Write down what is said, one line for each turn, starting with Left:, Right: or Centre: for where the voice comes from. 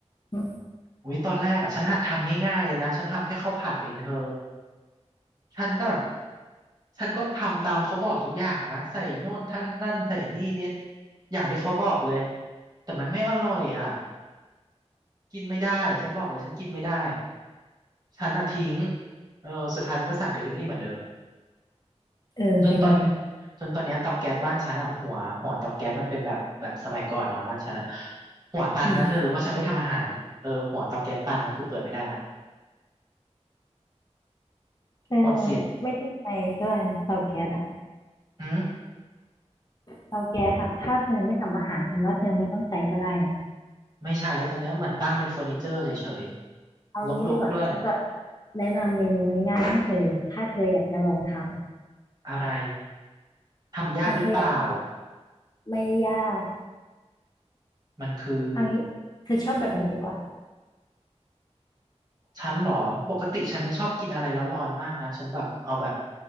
Left: หึ
Right: อุ้ยตอนแรกอ่ะฉันหัดทำง่ายๆเลยนะฉันทำแค่ข้าวผัดเองเธอฉันก็ฉันก็ทำตามเขาบอกทุกอย่างแล้วนะใส่โน่นท่านนั่นใส่นี่นิดอย่างที่เขาบอกเลยแต่มันไม่อร่อยอ่ะกินไม่ได้ฉันบอกเลยฉันกินไม่ได้ฉันอ่ะทิ้งเออสุดท้ายฉันก็สั่งเดลิเวอรี่เหมือนเดิม
Left: เออเห็นไหม
Right: จนตอนเนี้ยจนตอนเนี้ยเตาแก๊สบ้านฉันอ่ะหัวหัวเตาแก๊สมันเป็นแบบแบบสมัยก่อนเนาะบ้านฉันอ่ะหัวตันนะเธอเพราะฉันไม่ทำอาหารเออหัวเตาแก๊สตันนะคือเปิดไม่ได้ละ
Left: อืมเธอ
Right: หมดสิทธิ์
Left: ไม่ต้องใช้ก็ได้นะเตาแก๊สอะ
Right: อืม
Left: เตาแก๊สอะถ้าเธอไม่ทำอาหารฉันว่าเธอไม่ต้องใช้ก็ได้นะ
Right: ไม่ใช่แต่ตอนเนี้ยเหมือนตั้งเป็นเฟอร์นิเจอร์เฉยๆรกๆด้วย
Left: เอางี้ดีกว่าฉันจะแนะนำเมนูง่ายๆให้เธอถ้าเธออยากจะลองทำ
Right: อะไรทำยากหรือเปล่า
Left: อ่ะเธออยากไม่ยาก
Right: มันคือ
Left: เอางี้เธอชอบแบบไหนดีกว่า
Right: ฉันเหรอปกติฉันไม่ชอบกินอะไรร้อนๆมากนะฉันแบบเอาแบบ